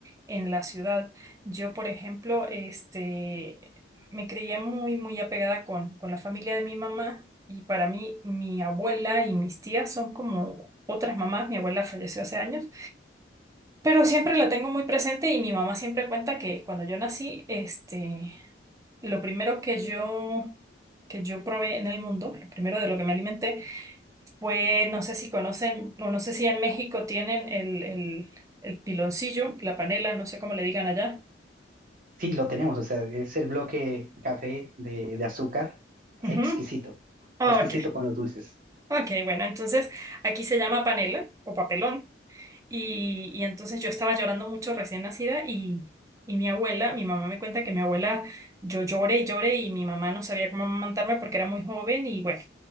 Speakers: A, on the right (about 15°); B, on the right (about 45°).
A: en la ciudad. Yo, por ejemplo, este, me creía muy, muy apegada con, con la familia de mi mamá y para mí mi abuela y mis tías son como otras mamás. Mi abuela falleció hace años. Pero siempre la tengo muy presente y mi mamá siempre cuenta que cuando yo nací, este, lo primero que yo, que yo probé en el mundo, lo primero de lo que me alimenté fue, no sé si conocen, o no sé si en México tienen el, el, el piloncillo, la panela, no sé cómo le digan allá.
B: Sí, lo tenemos, o sea, es el bloque café de, de azúcar,
A: Ujú.
B: exquisito,
A: Ok,
B: exquisito con los dulces.
A: ok, bueno, entonces aquí se llama panela o papelón. Y, y entonces yo estaba llorando mucho recién nacida y, y mi abuela, mi mamá me cuenta que mi abuela, yo lloré y lloré y mi mamá no sabía cómo amamantarme porque era muy joven y bueno.